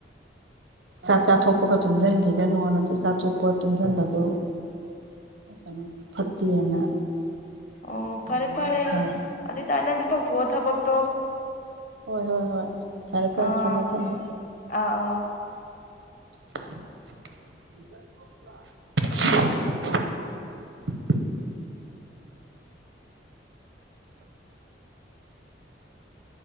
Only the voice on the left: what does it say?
ꯑꯣ
ꯐꯔꯦ ꯐꯔꯦ
ꯑꯗꯨꯏꯇꯥꯔꯗꯤ ꯅꯪꯁꯨ ꯇꯧꯊꯣꯛꯑꯣ ꯊꯕꯛꯇꯣ
ꯑꯥ
ꯑꯥ ꯑꯧ